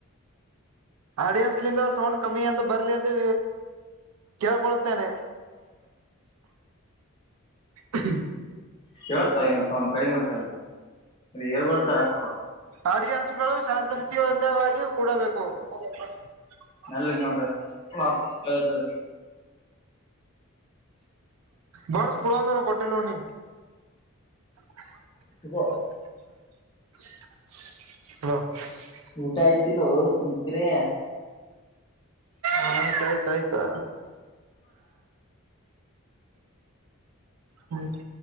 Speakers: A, on the right; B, on the left.
A: ಆಡಿಯನ್ಸ್ ನಿಂದ ಸೌಂಡ್ ಕಮ್ಮಿ ಅಂತ ಬರ್ಲಿ ಅ ಎಂದು ಕೇಳ್ಕೊಳ್ ತ್ತೇನೆ ಹ್ಮ್
B: ಕೇಳ್ತ ಇವನ್ ಸೌಂಡ್ ಕಡಿಮ ಸರ್ ಇ ಎಳ್ಬಾರ ಸರ್ ಅಕ್ಕೋ
A: ಆಡಿಯನ್ಸ್ ಗಳು ಶಾಂತ ರೀತ ಒಂದವಾಗಿ ಕೂಡಬೇಕು ಹ
B: ಮೆಲ್ಲಕ್ ಮಾತಾಡ ವಾಪಸ್ ಕೇಳ್ತದ
A: ಬರ್ಸ್ ಪುಡಂದರು ಕಟ್ಟಲುಣಿ ಹ
B: ತಗೋ ಊಟ ಆಯ್ತಿಲ್ಲೋ ಸುಂಕಕ್ರೆ
A: ಹ್ಮ್ತ ಆಯ್ತ ಆಾಯ್ತಾ ಹ್ಮ